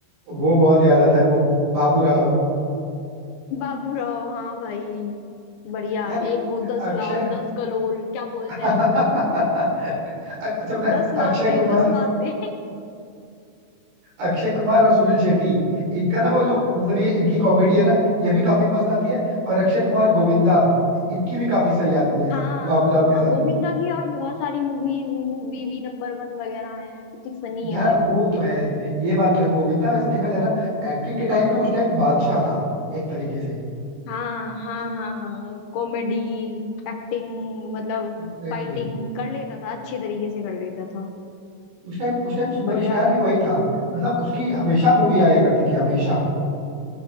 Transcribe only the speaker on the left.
बाबूराव हाँ भाई बढ़िया
एक वो दस
लाख दस कलोल क्या बोलते
हैं वो
दस लाख
दे दस लाख दे <laughs>
हाँ
हाँ
हाँ,
गोविंदा की और बहुत सारी मूवीज वो बीवी नंबर वन वगैरह हैं कितनी फनी
है भाई
वो मूवीज
हाँ हाँ हाँ हाँ कॉमेडी एक्टिंग मतलब
फाइटिंग कर लेता था अच्छी तरीके से कर लेता था
बढ़िया मतलब